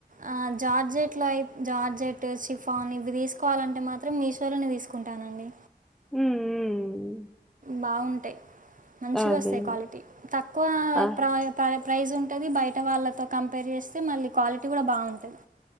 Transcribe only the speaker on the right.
ఆ, జార్జెట్లో అయి జార్జెట్ షిఫాన్ ఇవి తీసుకోవాలంటే మాత్రం మీషోలోనే తీసుకుంటానండి
బాగుంటాయ్ మంచిగొస్తాయి
క్వాలిటీ తక్కువ
ప్రా ప్ర ప్రైజ్ ఉంటది బయట వాళ్ళతో కంపేర్ చేస్తే మళ్ళీ క్వాలిటీ కూడా బాగుంటది